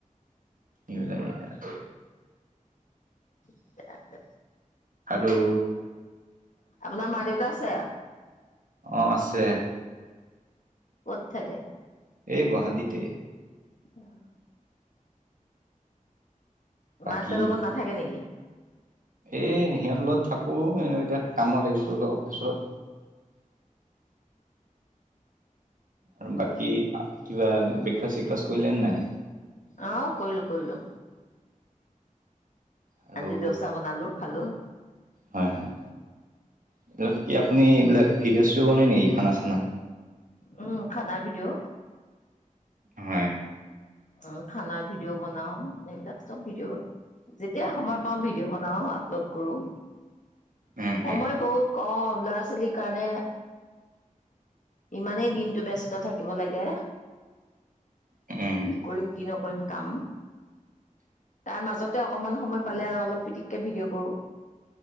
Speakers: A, on the right; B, on the left.
A: সেইবিলাকে আৰু।
B: ঠিকে আছে।
A: আৰু
B: আপোনাৰ মা দেউতা আছে?
A: অঁ, আছে।
B: ক'ত থাকে?
A: এই গুৱাহাটিতে।
B: অ। <inaudible>
A: বাকী
B: মা-দেউতাৰ লগত নাথাকে নেকি?
A: এ, সিহঁতৰ লগত থাকোঁ, এতিয়া কামত আহিছোঁ অলপ অফিচত আৰু বাকী কিবা ব্ৰেকফাষ্ট চেকফাষ্ট কৰিলে নে নাই?
B: অ', কৰিলোঁ কৰিলোঁ।
A: আৰু
B: আজি দৌচা বনালো খালো
A: হয় হয়, এইবিলাক কি আপুনি এইবিলাক ভিডিঅ' চিডি বানাই নেকি খানা চানা?
B: উম, খানা ভিটোও।
A: হয়।
B: অ', খানাৰ ভিডিঅ' বনাও, এইবিলাক চব ভিডিঅ' যেতিয়াাই সময় পাাম ভিডিঅ' বনাও আপলোড কৰোঁ
A: উম
B: সময়
A: উম
B: বহুত কম ল'ৰা ছোৱালীৰ কাৰণে ইমানেই দিনটো ব্যস্ত থাকিব লাগে
A: উম।
B: কি কৰিম, কি নকৰিম কাম তাৰ মাজতে অকমান সময় পালে আৰু অলপ পিটিককে ভিডিঅ' কৰোঁ।